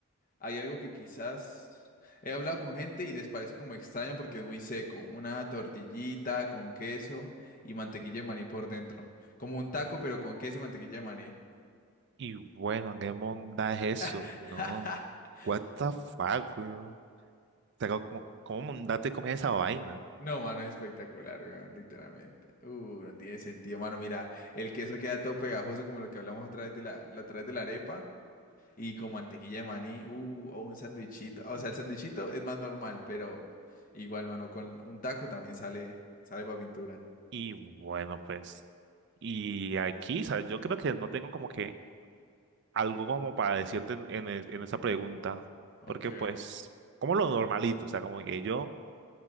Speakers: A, on the left; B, on the right.
A: Hay algo que quizás he hablado con gente y les parece como extraño porque es muy seco. Una tortillita con queso y mantequilla de maní por dentro. Como un taco, pero con queso y mantequilla de maní.
B: Y bueno, ¿qué monda es eso,
A: <laughs>
B: weón? What the fuck, weón? O sea, ¿cómo, cómo monda te comes esa vaina?
A: No, mano, es espectacular, weón, literalmente. Uh, no tiene sentido, mano. Mira, el queso queda todo pegajoso como lo que hablamos otra vez de la, la otra vez de la arepa. Y con mantequilla de maní, uh, o un sandwichito. O sea, el sandwichito es más normal, pero igual, mano, con un taco también sale, sale para pintura.
B: Y bueno, pues, y aquí, ¿sabes? Yo creo que no tengo como que algo como para decirte en, en e- en esa pregunta,
A: Ok,
B: porque
A: ok.
B: pues, como lo normalito, o sea, como que yo,